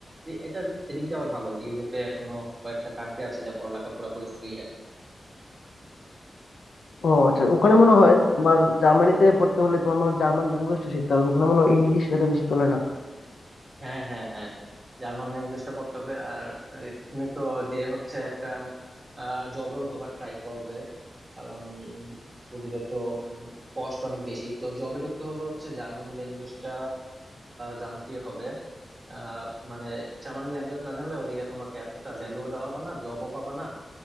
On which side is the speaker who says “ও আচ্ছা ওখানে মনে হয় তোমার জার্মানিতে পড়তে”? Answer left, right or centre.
Left